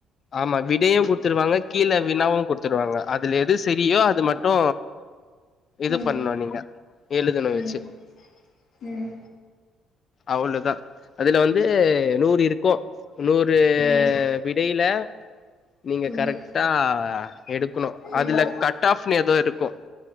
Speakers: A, on the left; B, on the left.
A: ஆமா விடையு குடு குடுத்துருவாங்க கீழ வினாவு குடுத்துருவாங்க அதுல எது செரியோ அது மட்டு இது
B: ம்
A: பண்ணு நீங்க எழுதணு
B: ம்
A: வெச்சு
B: ம்
A: அவ்ளுதா அதுல வந்து நூறு இருக்கு நூறு
B: ம்
A: விடையில நீங்க
B: ம்
A: கரெக்டா எடுக்கணு
B: ம்
A: அதுல கட் ஆஃப்ன்னு ஏதோ இருக்கு